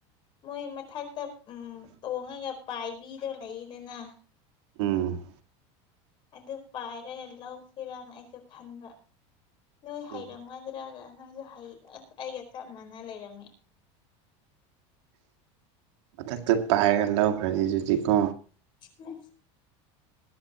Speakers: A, on the left; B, on the right.
A: ꯃꯣꯏ ꯃꯊꯛꯇ ꯎꯝ ꯇꯣꯡꯉꯒ ꯄꯥꯏꯕꯤꯗꯣ ꯂꯩꯌꯦꯗꯅ
B: ꯎꯝ
A: ꯑꯗꯨ ꯄꯥꯏꯔꯒ ꯂꯧꯁꯤꯔꯅ ꯑꯩꯁꯨ ꯈꯟꯕ ꯅꯣꯏ
B: ꯑꯗꯨꯅꯤ
A: ꯍꯩꯔꯝꯒꯗ꯭ꯔꯒ ꯅꯪꯁꯨ ꯍꯩ ꯑꯁ ꯑꯩꯒ ꯆꯞ ꯃꯥꯟꯅ ꯂꯩꯔꯝꯃꯤ
B: ꯃꯊꯛꯇ ꯄꯥꯏꯔꯒ ꯂꯧꯈ꯭ꯔꯅꯤ ꯑꯗꯨꯗꯤꯀꯣ
A: <inaudible>